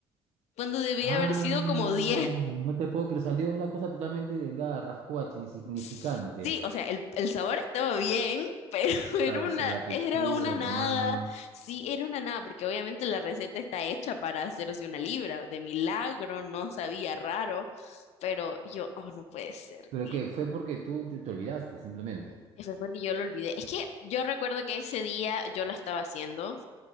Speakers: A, on the left; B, on the right.
A: cuando debía
B: Ah,
A: haber sido como diez.
B: no te puedo creer, salió una cosa totalmente delgada, rascuacha, insignificante.
A: Sí, o sea, el, el sabor estaba bien, pero <laughs> era
B: Claro,
A: una,
B: con la textura,
A: era una
B: el
A: nada.
B: tamaño.
A: Sí, era una nada, porque obviamente la receta está hecha para hacerse una libra. De milagro, no sabía raro, pero yo, oh, no puede ser.
B: ¿Pero
A: Y
B: qué? Fue porque tú te, te olvidaste, simplemente.
A: fue porque yo lo olvidé. Es que yo recuerdo que ese día yo la estaba haciendo.